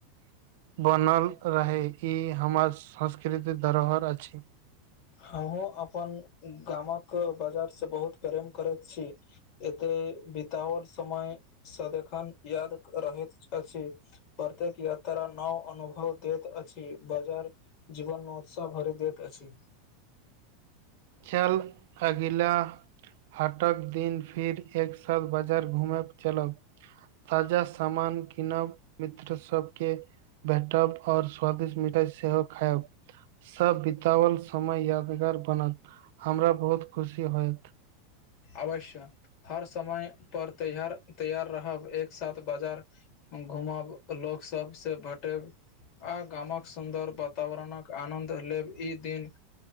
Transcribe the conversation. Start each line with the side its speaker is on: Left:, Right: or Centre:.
Right: बनल रहय ई हमर संस्कृतिक धरोहर अछि
Left: हमहुँ अपन गामक बाजार से बहुत प्रेम करैत छी एते बितवल समय सदखन याद रहैत अछि प्रत्येक यात्रा नव अनुभव दैत अछि बजार जीवन नव उत्साह भरि दैत अछि
Right: चल अगिला हटक दिन फिर एक साथ बाजार घूमेब चलब ताजा सामान कीनब मित्र सबके भेटब आऔ स्वादिष्ट मिठाइ सेहो खायब सभ बितवल समय यादगार बनत हमरा बहुत खुशी होयत
Left: अवश्य हर समय पर तैहार तैयार रहब एक साथ बाजार घूमब लोक सब से भटेब आ गामक सुन्दर वातावरणक आनन्द लेब ई दिन